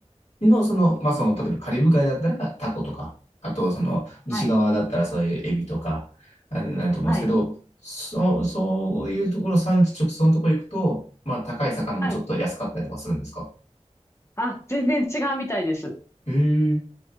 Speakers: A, on the left; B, on the left.
A: 辺の、その、まあ、その、例えばカリブ海だったらタコとか、あと、その、西側だったらそういうエビとか、
B: はい。
A: あれになると思うんですけど、
B: はい。
A: そう、そういうところ、産地直送のところ行くと、まあ、高い魚もちょっと安かったりとかするんですか
B: はい。あ、全然違うみたいです。
A: へえ、